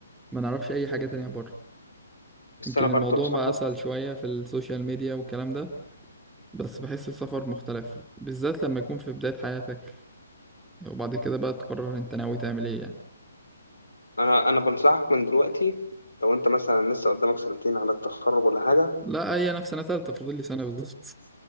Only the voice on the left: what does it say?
بس
أنا برضه
بنصحك
أنا أنا بنصحك من دلوقتي لو أنت مثلا لسه قدامك سنتين على التخرج ولا حاجة